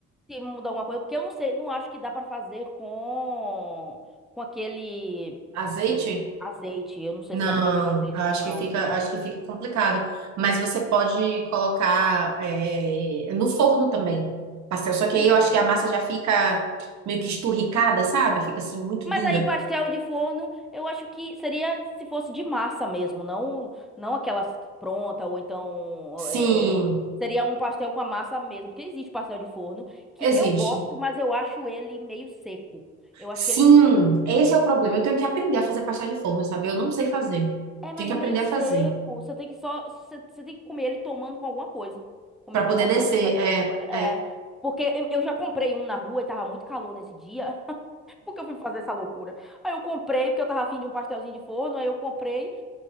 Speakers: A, in the centre; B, on the right.
A: se mudar alguma coisa, porque eu não sei, não acho que dá para fazer com com aquele
B: Azeite?
A: é, azeite. Eu não sei
B: Não,
A: se dá para fazer com azeite,
B: acho
A: não.
B: que fica, acho que fica complicado. Mas você pode colocar é, no forno também, pastel. Só
A: Hum.
B: que aí eu acho que a massa já fica meio que esturricada, sabe? Fica assim muito
A: Mas
B: dura.
A: aí pastel de forno, eu acho que seria se fosse de massa mesmo, não não aquelas pronta ou então
B: Sim,
A: é, é, seria um pastel com a massa mesmo, porque existe pastel de forno que
B: existe.
A: eu gosto, mas eu acho ele meio seco. Eu acho
B: Sim,
A: que eles
B: esse é o problema. Eu tenho que aprender a fazer pastel de forno, sabe? Eu não sei fazer.
A: É, mas
B: Tenho que
A: é
B: aprender
A: meio seco.
B: a fazer
A: Você tem que só. Você, você tem que comer ele tomando com alguma coisa. Comendo
B: para poder
A: alguma
B: descer.
A: coisa, fazendo
B: É,
A: alguma coisa. É.
B: é
A: Porque eu eu já comprei um na rua e tava muito calor nesse dia. <laughs> Porque eu fui fazer essa loucura. Aí eu comprei, porque eu tava afim de um pastelzinho de forno. Aí eu comprei,